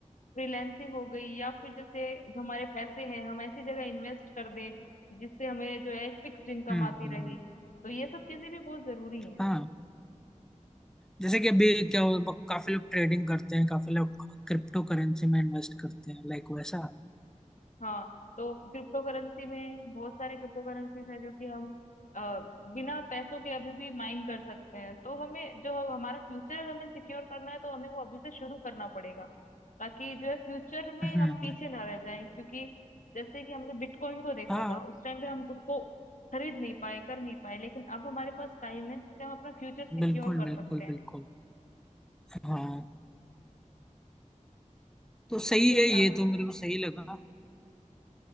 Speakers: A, on the left (about 75°); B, in the centre.
A: फ्रीलैंसिंग हो गई या फिर जैसे जो हमारे पैसे हैं हम ऐसी जगह इन्वेस्ट कर दें जिससे हमें जो है फिक्स्ड इनकम
B: हम्म
A: आती
B: हम्म,
A: रहे
B: हम्म।
A: तो ये सब चीजें भी बहुत जरूरी हैं
B: हाँ जैसे कि अभी क्या हो ब- काफी लोग ट्रेडिंग करते हैं काफी लोग क्रिप्टो करेंसी में इन्वेस्ट करते हैं लाइक वैसा
A: हाँ तो क्रिप्टो करेंसी में बहुत सारे क्रिप्टो करेंसीज हैं जो कि हम अ, बिना पैसों के अभी भी माइन कर सकते हैं तो हमें जो हम- हमारा फ्यूचर हमें सिक्योर करना है तो हमें वो अभी से शुरू करना पड़ेगा ताकि जो है फ्यूचर में
B: हम्म
A: हम पीछे ना रह जाएं क्योंकि जैसे कि हमने बिटकॉइन को देखा
B: हाँ
A: था उस टाइम पे हम उसको खरीद नहीं पाए कर नहीं पाए लेकिन अब हमारे पास टाइम है जिससे हम अपना फ्यूचर सिक्योर
B: बिल्कुल
A: कर
B: बिल्कुल
A: सकते हैं
B: बिल्कुल हाँ तो सही
A: उससे
B: है ये तो मेरे को सही लगा